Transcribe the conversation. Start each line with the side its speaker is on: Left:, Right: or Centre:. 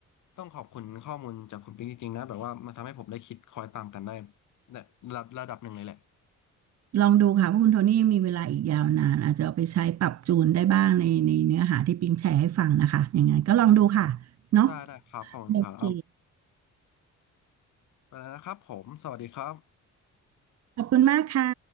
Left: ต้องขอบคุณข้อมูลจากคุณปิ๊งจริงๆนะแบบว่ามันทำให้ผมได้คิดคอยตามกันได้ระดับระดับหนึ่งเลยแหละ
Right: ลองดูค่ะเพราะคุณโทนี่ยังมีเวลาอีกยาวนานอาจจะเอาไปใช้ปรับจูนได้บ้างในในเนื้อหาที่ปิงแชร์ให้ฟังนะคะอย่างนั้นก็ลองดูค่ะเนาะ
Left: ได้ได้ครับขอบคุณครับเอา
Right: โอเค
Left: ไปแล้วนะครับผมสวัสดีครับ
Right: ขอบคุณมากค่ะ